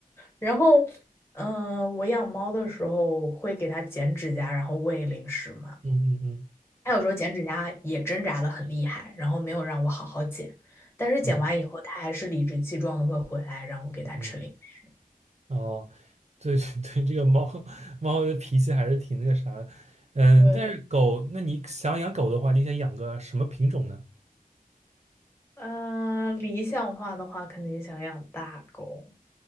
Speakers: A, on the left; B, on the right.
A: 然后，嗯、我养猫的时候会给它剪指甲，然后喂零食嘛。
B: 嗯嗯嗯
A: 它有时候剪指甲也挣扎的很厉害，然后没有让我好好剪，但是剪完以后，
B: 嗯
A: 它还是理直气壮的会回来让我给它吃零食。
B: 嗯。哦，对对 <laughs> 对，这个猫猫的脾气还是挺那个啥的，嗯，
A: 对
B: 但是狗，那你想养狗的话，你想养个什么品种呢？
A: 呃，理想化的话，肯定想养大狗。